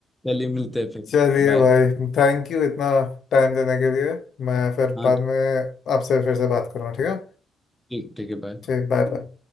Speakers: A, in the centre; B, on the left.
A: चलिए मिलते हैं फिर
B: चलिए
A: बाय
B: भाई थैंक यू इतना टाइम देने के लिए मैं फिर
A: हाँ
B: बाद में आपसे फिर से बात करूँगा ठीक है
A: ठीक ठीक है बाय
B: ठीक बाय बाय